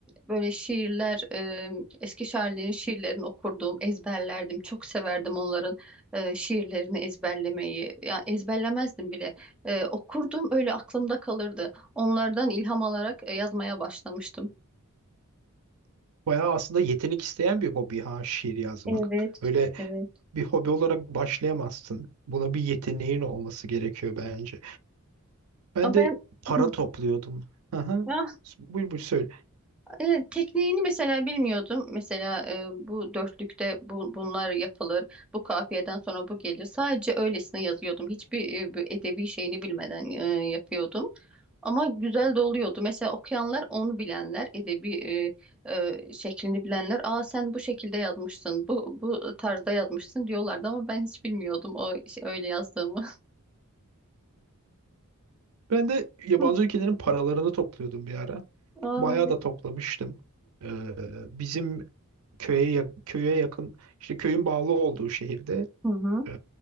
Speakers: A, in the centre; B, on the right.
A: böyle şiirler e, eski şairlerin şiirlerini okurdum, ezberlerdim. Çok severdim onların e, şiirlerini ezberlemeyi. Yani ezberlemezdim bile e, okurdum öyle aklımda kalırdı. Onlardan ilham alarak e, yazmaya başlamıştım.
B: Bayağı aslında yetenek isteyen bir hobi ha şiir yazmak.
A: Evet,
B: Öyle
A: evet.
B: bir hobi olarak başlayamazsın. Buna bir yeteneğin olması gerekiyor bence. Ben
A: Ama
B: de
A: ben
B: para
A: Hı.
B: topluyordum. Aha.
A: Ah,
B: Buyur buyur söyle.
A: evet, tekniğini mesela bilmiyordum. Mesela e, bu dörtlükte bu, bunlar yapılır. Bu kafiyeden sonra bu gelir. Sadece öylesine yazıyordum. Hiçbir e, bir edebi şeyini bilmeden e, yapıyordum. Ama güzel de oluyordu. Mesela okuyanlar onu bilenler, edebi e, e, şeklini bilenler, "Aa sen bu şekilde yazmışsın, bu bu tarzda yazmışsın" diyorlardı ama ben hiç bilmiyordum o iş- öyle yazdığımı.
B: Ben de yabancı
A: <laughs>
B: ülkelerin paralarını topluyordum bir ara.
A: Aa.
B: Bayağı da toplamıştım. Ee, bizim köye yak- köye yakın işte köyün bağlı olduğu şehirde
A: Hı hı.
B: e,